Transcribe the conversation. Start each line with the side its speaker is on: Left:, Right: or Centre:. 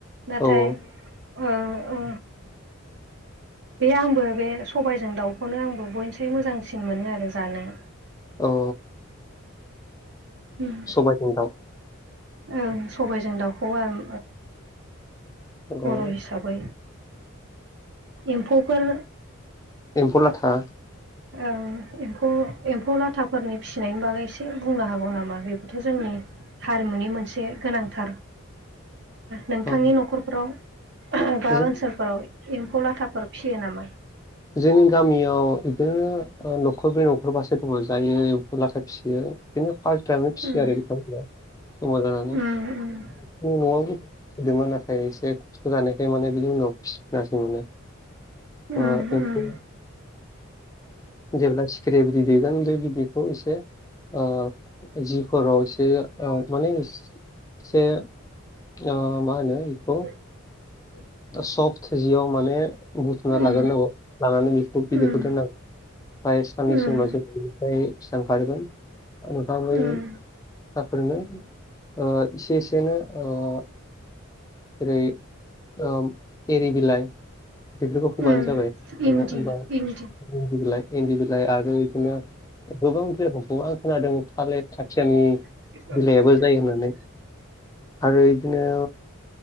Right: नाथाय
Left: औ
Right: ओ औ बे आंबो बे सबायजों दाउखौनो आंबो बयनिसाय मोजांसिन मोनो आरो जानो।
Left: औ
Right: अम
Left: सबाय जों दाउ
Right: ओं सबायजों दाउखौ ओं
Left: औ
Right: बर' हिसाबै एम्फौफोर
Left: एम्फौ लाथा
Right: ओं एम्फौ एम्फौ लाथाफोरनि फिसिनायनि बागै एसे बुंनो हागौ नामा बेबोथ' जोंनि हारिमुनि मोनसे गोनांथार नोंथांनि
Left: औ
Right: न'खरफोराव बा
Left: जों
Right: ओनसोलफोराव एम्फौ लाथाफोर फियो नामा
Left: जोंनि गामियाव बिदिनो न'खरब्रै न'खरबासो दङ जायो एमफु लाथा फिसियो बिदिनो फाल्टिानो फिसियो
Right: उम
Left: आरो बिथांमोना जमा जानानै
Right: उम
Left: न'आव
Right: उम
Left: फिसिदोंमोन नाथाय एसे खस्थ' जानायखाय माने बिनि उनाव फिसिया सै माने
Right: अम
Left: ओ
Right: अम
Left: एम्फौ जेब्ला सिखिरि बिदै दैगोन बे बिदिखौ एसे ओ जिफोराव एसे माने एसे ओ मा होनो बेखौ
Right: <inaudible>
Left: सफ्ट जियाव माने बुथुमना
Right: उम
Left: लाग्रोनांगौ लानानै बेखौ
Right: उम
Left: बिदैखौ दोननांगौ ओमफ्राय साननैसो
Right: उम
Left: उनाव ज- निफ्राय फिसा ओंखारगोन नोंथाङा बै
Right: उम
Left: फिसाफोरनो ओ- एसे एसेनो ओ- जेरै ओ-एरि बिलाइ बेफोरखौ होबानो
Right: उम
Left: जाबाय हमबा
Right: इन्दि इन्दि
Left: इन्दि बिलाय इन्दि बि आरो बिदिनो गोबां बे आं खोनादों थालिर आथियानि
Right: <unintelligible>
Left: बिलाइयाबो जायो होननानै आरो बिदिनो